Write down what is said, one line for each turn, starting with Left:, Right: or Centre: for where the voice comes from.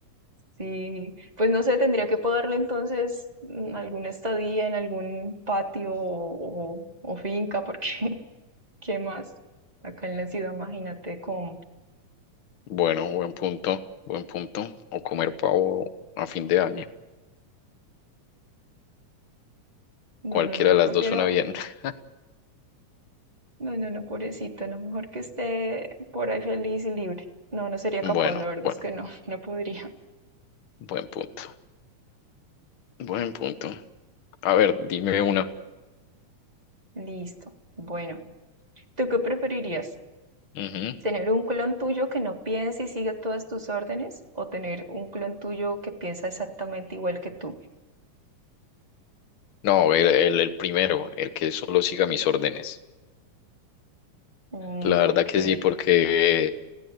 Right: sí, pues no sé, tendría que poderle entonces mm, alguna estadía en algún patio o, o- o finca, porque <laughs> ¿qué más? Acá en la ciudad, imagínate cómo.
Left: Bueno, buen punto, buen punto. O comer pavo a fin de año.
Right: No,
Left: Cualquiera
Right: no, no,
Left: de
Right: prefiero,
Left: las dos suena bien. <laughs>
Right: no, no, no, pobrecito, no, mejor que esté por ahí feliz y libre. No, no sería
Left: Bueno,
Right: capaz, la verdad
Left: bueno,
Right: es que no, no podría.
Left: buen punto. Buen punto. A ver, dime una.
Right: Listo. Bueno, ¿tú qué preferirías?
Left: Ujú.
Right: tener un clon tuyo que no piense y siga todas tus órdenes o tener un clon tuyo que piensa exactamente igual que tú.
Left: No, el, el, el primero, el que solo siga mis órdenes.
Right: Mm,
Left: La verdad
Right: ok,
Left: que sí, porque